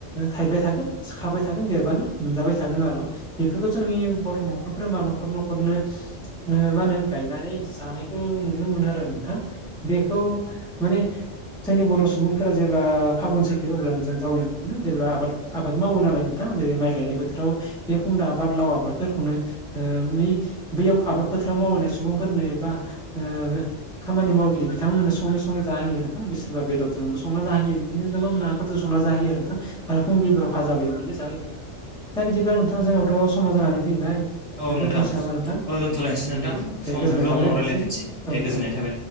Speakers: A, in the centre; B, on the left.
A: थाइबाय थागोन। सिखाबाय थागोन देरबानो मोनजाबाय थागोन आरो बेफोरखौ जोंनि बर' न'खरफोरा मा न'खर न'खरनो मा होनो गायनानै जानायखौ नुनो मोनो आरो नों- थां बेखौ माने जोंनि बर' सुबुंफोरा जेब्ला फागुन सैथो अब्लानो जों जावैनो जेब्ला आबाद आबाद मावो नालाय नोंथां जेरै माइ गायनाय बोथोराव बे खुमब्रा आबाद लाव आबादफोरखौनो ओ बैयाव आबाद फोथाराव मावनाय सुबुंफोरनो एबा ओ खामानि माव बिथांमोननो सङै सङै जा होयो नोंथां बि सोरबा बेदरजोंबो संना जाहोयो बिदिनो गोबां नाफोरजों संना जाहैयो आरो नोंथां आरो फुंबिलिफोराव भाजा बो एवना जाहोयो नोंथां। दा बिदिब्ला नोंथां जोंनाथ' समाव जानानै फैबाय
B: औ
A: दोनथ'नोसै
B: नोंथां
A: नामा नोंथां?
B: औ दोनथ'लायनोसै
A: औ
B: नोंथां
A: दे
B: सम
A: दे गोजोननाय
B: मोनोब्ला
A: थाबाय
B: उनाव
A: नोंथांनिसिम
B: रायलायफिनसै दे
A: औ नोंथां
B: गोजोननाय थाबाय